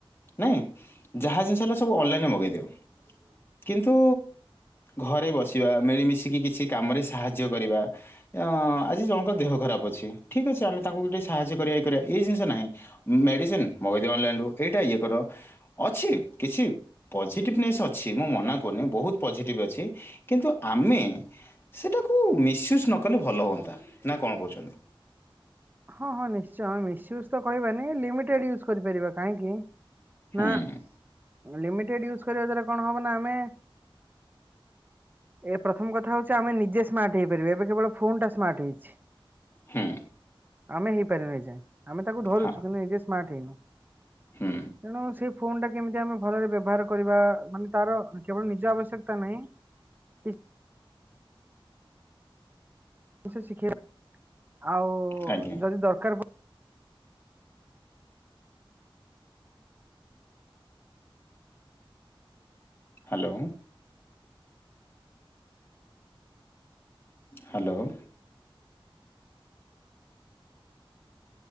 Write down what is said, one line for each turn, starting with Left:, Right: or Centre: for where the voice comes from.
Left: ନାଇଁ ଯାହା ଜିନିଷ ହେଲା ସବୁ ଅନଲାଇନରେ ମଗେଇଦିଅ। କିନ୍ତୁ ଘରେ ବସିବା ମିଳି ମିଶିକି କିଛି କାମରେ ସାହାଯ୍ୟ କରିବା। ଆଜି ଜଣଙ୍କ ଦେହ ଖରାପ ଅଛି। ଠିକ୍ ଅଛି ଆମେ ତାଙ୍କୁକୁ ଟିକେ ସାହାଯ୍ୟ କରିବା ଇଏ କରିବା ଏଇ ଜିନିଷ ନାହିଁ। ମେଡିସିନ ମଗେଇଦିଅ ଅନଲାଇନ ରୁ ଏଇଟା ଇଏ କର ଅଛି କିଛି। ପଜିଟିଭନେସ୍ ଅଛି ମୁଁ ମନା କରୁନି ବହୁତ ପଜିଟିଭ୍ ଅଛି କିନ୍ତୁ ଆମେ। ସେଟାକୁ ମିସୟୁଜ୍ ନ କଲେ ଭଲ ହୁଅନ୍ତା ନା କଣ କହୁଛନ୍ତି?
Right: ହଁ ହଁ ନିଶ୍ଚୟ ଆମେ ମିସୟୁଜ୍ ତ କହିବାନି ଲିମିଟେଡ ୟୁଜ୍ କରିପାରିବା କାହିଁକି?
Left: ହୁଁ
Right: ନା ଲିମିଟେଡ ୟୁଜ କରିବା ଦ୍ଵାରା କଣ ହବ ନା ଆମେ ଏ ପ୍ରଥମ କଥା ହଉଛି ଆମେ ନିଜେ ସ୍ମାର୍ଟ ହେଇପାରିବା ଏବେ କେବଳ ଫୋନ୍ ଟା ସ୍ମାର୍ଟ ହେଇଛି।
Left: ହୁଁ।
Right: ଆମେ ହେଇପାରିନୁ ଏଯାଏ ଆମେ ତାକୁ ଧରୁଛୁ
Left: ହଁ
Right: କିନ୍ତୁ ଏ ସ୍ମାର୍ଟ ହେଇନୁ।
Left: ହୁଁ।
Right: ତେଣୁ ସେ ଫୋନ ଟା କେମିତି ଆମେ ଭଲରେ ବ୍ୟବହାର କରିବା ମାନେ ତାର କେବଳ ନିଜ ଆବଶ୍ୟକତା ନାହିଁ। କିଛି ସେ ଶିଖେଇଲା ଆଉ
Left: ଆଜ୍ଞା
Right: ଯଦି ଦରକାର
Left: ହାଲୋ। ହ୍ୟାଲୋ!